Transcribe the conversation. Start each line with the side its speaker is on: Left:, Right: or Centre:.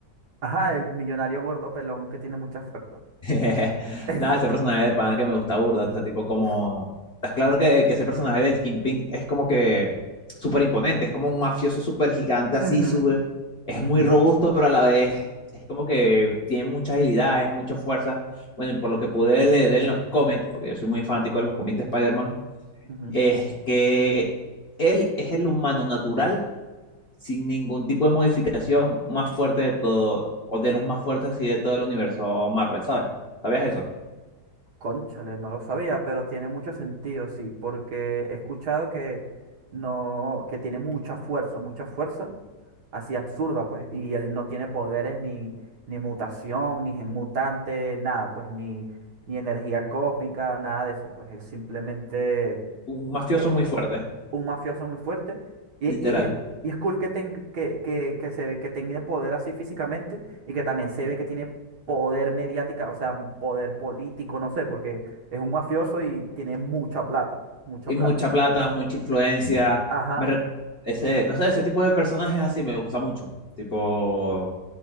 Right: Ajá, el millonario gordo pelón que tiene mucha fuerza.
Left: <laughs>
Right: Ese.
Left: Nada, ese personaje de pana que me gusta burda, o sea, tipo como...
Right: Buf.
Left: Estás claro que, que ese personaje del Kingpin es como que súper imponente, es como un mafioso súper gigante así,
Right: Ujú,
Left: súper... Es
Right: ujú,
Left: muy robusto, pero a la vez es como que tiene mucha agilidad, es mucha fuerza. Bueno, y por lo que pude leer en los cómics, porque yo soy muy fanático de los cómics de Spider-Man,
Right: ujú.
Left: es que él es el humano natural, sin ningún tipo de modificación, más fuerte de todo, o de los más fuertes así de todo el universo Marvel, ¿sabes? ¿Sabías eso?
Right: Cónchale, no lo sabía, pero tiene mucho sentido, sí, porque he escuchado que no, que tiene mucha fuerza, mucha fuerza, así absurda, pues, y él no tiene poderes ni, ni mutación, ni gen mutante, nada, pues, ni, ni energía cósmica, nada de eso, pues, él simplemente
Left: un mafioso
Right: es
Left: muy fuerte,
Right: un mafioso muy fuerte. Y,
Left: literal.
Right: y es, y es cool que, ten- que, que, que se, que tenga poder así físicamente y que también se ve que tiene poder mediática, o sea, poder político, no sé, porque es un mafioso y tiene mucha plata, mucha
Left: Y
Right: plata.
Left: mucha plata, mucha influencia.
Right: Ajá.
Left: Me re- ese, no sé, ese tipo de personajes así me gusta mucho. Tipo,